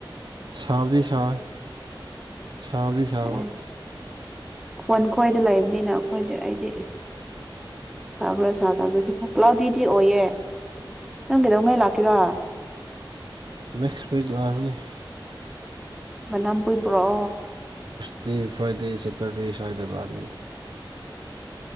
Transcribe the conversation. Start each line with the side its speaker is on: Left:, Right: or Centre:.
Right: ꯁꯥꯕꯗꯤ ꯁ ꯁꯥꯥꯕꯗꯤ ꯁꯥꯕ
Centre: ꯑꯦ ꯈꯣꯟ ꯈꯣꯏꯗ ꯂꯩꯕꯅꯤꯅ ꯑꯩꯈꯣꯏꯗꯤ ꯑꯩꯗꯤ ꯆꯕ꯭ꯔꯥ ꯁꯥ ꯇꯕ꯭ꯔꯥꯗꯤ ꯈꯔ ꯭ꯀꯥꯎꯗꯤꯗꯤ ꯑꯣꯏꯌꯦ ꯅꯪꯗꯧ ꯃꯜ ꯍꯥꯛꯀꯤꯔꯥ
Right: <unintelligible> ꯋꯤꯛ ꯂꯥꯁꯅꯤ
Centre: ꯃꯅꯥꯝ ꯄꯏ ꯄꯨ꯭ꯔꯣ
Right: ꯇꯤ ꯐ꯭ꯔꯥꯏꯗꯦ ꯁꯦꯇꯔꯗꯦ ꯁꯥꯏꯗꯕꯥꯅꯤ